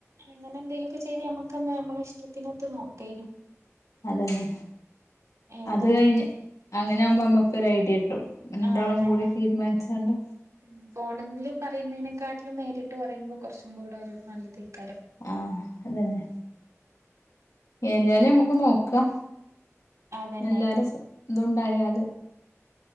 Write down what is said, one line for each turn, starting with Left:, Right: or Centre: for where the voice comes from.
Right: അങ്ങനെ എന്തെലു ഒക്കെ ചെയ്ത് ഞമ്മക്കെന്നെ ഞമ്മളെ ഇഷ്ടത്തിനൊത്ത് നോക്കേയ്നി.
Left: അതെന്നെ.
Right: ഏതാ
Left: അത് കഴിഞ്ഞ്
Right: എ
Left: അങ്ങനെ
Right: ഉം
Left: ആകുമ്പോ അമ്മക്കൊര് ഐഡ്യ കിട്ടും. രണ്ടാളും
Right: ആ അതന്നെ
Left: കൂടി തീരുമാൻച്ചാണ്ട്.
Right: ഉം ഫോണില് പറയുന്നേനേക്കാട്ടിലും നേരിട്ട് പറയുമ്പോ കൊറച്ചും കൂടെ ഒരു നല്ലതെയ്ക്കാരം.
Left: ആഹ് അതന്നെ. ഏതായാലും അമ്മക്ക് നോക്കാ.
Right: അതന്നെ
Left: എല്ലാരും സ് ഇതുണ്ടായാല്.